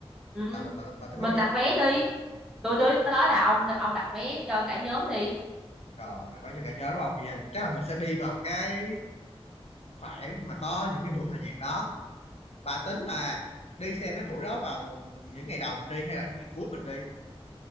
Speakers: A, in the centre; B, on the left.
A: ừ.
B: Bà, bà, bà, bà tính
A: mình
B: nói
A: đặt
B: gì?
A: vé đi tôi tôi nói là ông ông đặt vé cho cả nhóm đi
B: Rồi đặt vé cho cả nhớ đúng không? Vậy là chắc là mình sẽ đi vào cái khoảng mà có những cái buổi hòa nhạc đó và tính là đi xem mấy buổi đó vào những ngày đầu mình đi hay là những ngày cuối mình đi